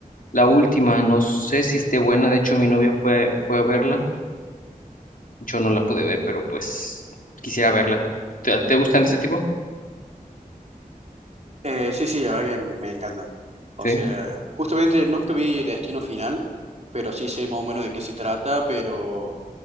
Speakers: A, on the left; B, on the right.
A: la última, no sé si esté buena, de hecho mi novia fue, fue a verla, yo no la pude ver, pero pues quisiera verla. ¿Te, te gustan de ese tipo?
B: Eh, sí, sí, la verdad que me encantan. O
A: Sí,
B: sea, justamente nunca vi Destino Final, pero sí sé más o menos de qué se trata, pero